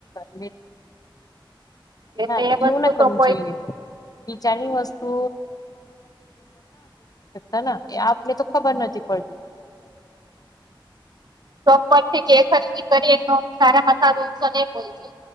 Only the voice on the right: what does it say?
એટલે
એ વસ્તુ
તો કોઈ
<unintelligible> ખરીદી કરીએ તો સારામાં સારું ઓપ્શન <unintelligible> છે.